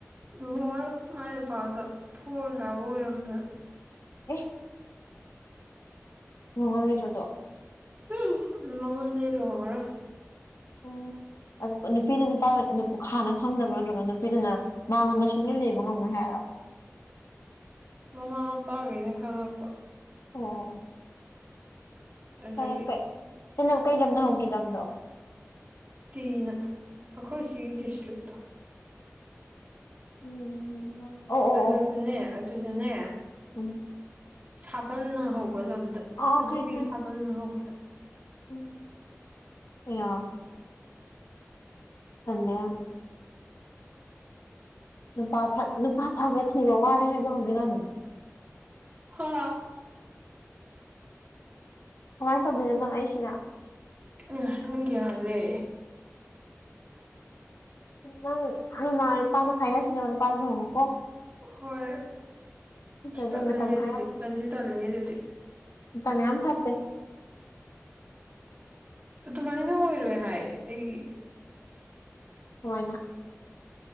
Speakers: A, on the right; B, on the left.
A: ꯉ ꯃꯅ ꯄꯥꯗ ꯐꯔꯕꯔꯗ
B: ꯑꯦ ꯍꯣꯡꯉꯔꯣꯏꯗ꯭ꯔꯗꯣ
A: ꯎ ꯃꯪꯉꯣꯟꯁꯦ ꯂꯨꯍꯣꯡꯉꯔꯣꯏ
B: ꯎꯝ ꯑꯗꯨ ꯅꯨꯄꯤꯗꯨ ꯅꯨꯄꯥ ꯈꯥꯅ ꯈꯪꯗꯕ꯭ꯔꯣ ꯅꯠꯇ꯭ꯔꯒ ꯅꯨꯄꯤꯗꯨꯅ ꯃꯉꯣꯟꯗ ꯁꯨꯡꯂꯅ ꯂꯩꯕ ꯉꯝꯃꯣꯏ ꯍꯥꯏꯔꯣ
A: ꯃꯃꯥ ꯃꯄꯥꯈꯩꯅ ꯈꯪꯉꯛꯄ
B: ꯑꯣ
A: ꯑꯗꯒꯤ
B: ꯐꯔꯦ ꯐꯦ ꯆ ꯀꯩꯗꯅ ꯍꯧꯈꯤꯗꯗꯣ
A: ꯇꯤꯅ ꯑꯩꯈꯣꯏ ꯁꯤꯒꯤ ꯗꯤꯁꯇ꯭ꯔꯤꯛꯇꯣ
B: ꯎꯝ ꯑꯣ ꯑꯣ
A: ꯑꯗꯨꯗꯨꯅꯦ
B: ꯑꯣ
A: ꯑꯗꯨꯗꯨꯅꯦ
B: ꯎꯝ
A: ꯁꯥꯕꯜꯅ ꯍꯧꯕ ꯂꯝꯗ
B: ꯑ
A: ꯑꯗꯨꯒꯤ
B: ꯈꯩ ꯈꯩ
A: ꯁꯥꯕꯜꯅ ꯍꯧꯕꯗ
B: ꯎꯝ ꯑꯣ ꯊꯗꯦ ꯅꯨꯄꯥ ꯅꯨꯄꯥ ꯐꯕ ꯊꯤꯕ ꯋꯥꯔꯦ ꯍꯥꯏꯕ ꯍꯧꯖꯤꯛꯀꯥꯟꯗ
A: ꯍ
B: ꯀꯃꯥꯏꯅ ꯇꯧꯗꯣꯏꯅꯣ ꯅꯪ ꯑꯩꯁꯤꯅ
A: ꯑ ꯅꯪ ꯌꯥꯔꯦ
B: ꯅꯪ ꯅꯃꯥ ꯏꯄꯥꯅ ꯍꯥꯏꯅꯁꯤ ꯅ ꯃ ꯅꯨꯄꯥꯗꯨ ꯍꯣꯡꯉꯨꯀꯣ
A: ꯍꯣꯏ
B: ꯅꯠꯇ꯭ꯔꯗꯤ
A: ꯑ ꯇꯠꯂꯦꯍꯦ
B: ꯃꯇꯝꯁꯦ
A: ꯑꯗꯨꯗꯤ ꯇꯟꯗꯤ ꯇꯜꯂꯦꯍꯦ ꯑꯗꯨꯗꯤ
B: ꯇꯅꯦ ꯑ ꯊ ꯍꯥꯏꯞꯠꯇꯦ
A: ꯑꯗꯨꯃꯥꯏꯅ ꯑꯣꯏꯔꯣꯏ ꯍꯥꯏ ꯑꯩꯒꯤ
B: ꯁꯃꯥꯏꯅ